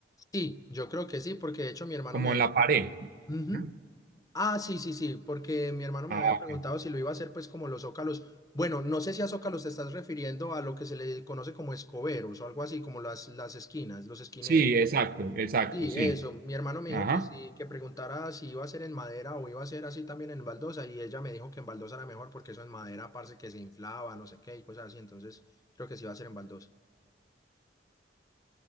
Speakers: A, on the left (about 20°); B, on the right (about 55°).
A: Sí, yo creo que sí, porque de hecho mi hermano
B: como
A: me había
B: en la
A: dicho.
B: pared.
A: Ujú.
B: ¿Mm?
A: Ah, sí, sí, sí, porque mi hermano me
B: Ah,
A: había preguntado
B: ok.
A: si lo iba a hacer, pues, como los zócalos. Bueno, no sé si a zócalos te estás refiriendo a lo que se le conoce como escoberos o algo así, como las, las esquinas, los esquineros.
B: sí, exacto, exacto,
A: Sí,
B: sí.
A: eso. Mi hermano me
B: Ajá.
A: dijo que sí, que preguntara si iba a ser en madera o iba a ser así también en baldosa, y ella me dijo que en baldosa era mejor porque eso en madera, parce, que se inflaba, no sé qué, y cosas así. Entonces, creo que sí iba a ser en baldosa.